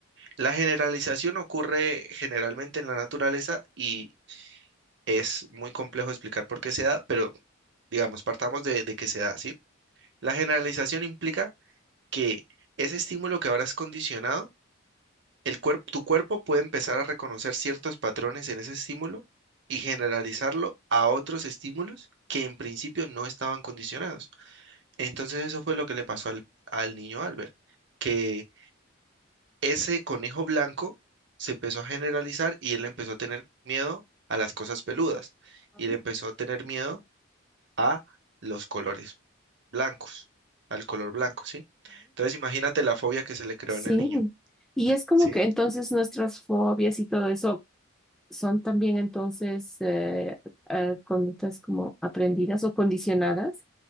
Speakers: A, on the right; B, in the centre.
A: La generalización ocurre generalmente en la naturaleza y es muy complejo explicar por qué se da, pero digamos, partamos de, de que se da, ¿sí? La generalización implica que ese estímulo que ahora es condicionado el cuerp- tu cuerpo puede empezar a reconocer ciertos patrones en ese estímulo y generalizarlo a otros estímulos que en principio no estaban condicionados. Entonces eso fue lo que le pasó al, al niño Albert, que ese conejo blanco se empezó a generalizar y él empezó a tener miedo a las cosas peludas
B: ok,
A: y él empezó a tener miedo a los colores blancos, al color blanco, ¿sí? Entonces imagínate la fobia que se le creó
B: Sí.
A: en el niño,
B: Y es como
A: ¿sí?
B: que entonces nuestras fobias y todo eso son también entonces eh, eh, conductas como aprendidas o condicionadas,